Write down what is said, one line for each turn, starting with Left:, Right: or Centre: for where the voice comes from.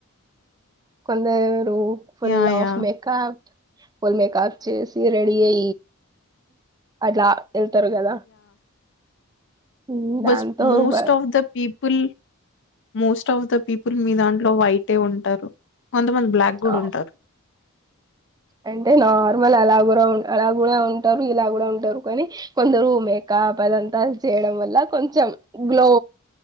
Right: కొంత full
Left: yeah
Right: of
Left: yeah
Right: makeup ఫల్మకాక చే శిరడియి అట్లా వెళ్తారు కదా ఉమ్,
Left: బస్
Right: దాంతో
Left: most
Right: బ
Left: of the people most of the people మీదా లో అయితే ఉంటారు కొంతమంది బ్లాక్ కూడా
Right: ఆ,
Left: ఉంటారు
Right: అంటే నార్మల్ అలా కూడా ఉ అలా కూడా ఉంటారు ఇలా కూడా ఉంటారు కానీ కొందరు మేకప్ అదంతా చేయడం వల్ల కొంచెం గ్లో